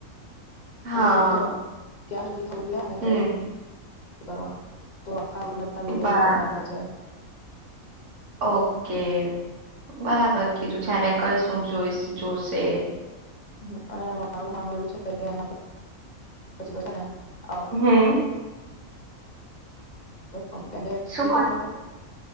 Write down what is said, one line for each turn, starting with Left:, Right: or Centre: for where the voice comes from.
Right: હા
Left: એને કઈ બી કેવાનું ક્યાં સુ થવું જોઈએ અને ક્યારે
Right: હમ
Left: કરવાનું તો ખા રોડમેપના વિડીયોઝ
Right: બરાબર
Left: બી બનાવેલા છે.
Right: ઓકે. બરાબર કીધું છે એને કઈ શું જોઈ-જોશે.
Left: હમ અને મારું માનવું એવું છે કે એને પછી તો છે ને અ <unintelligible> <unintelligible>
Right: હમ
Left: અમ કેમ કે
Right: શું
Left: બીટેકમાં
Right: ક
Left: કેવું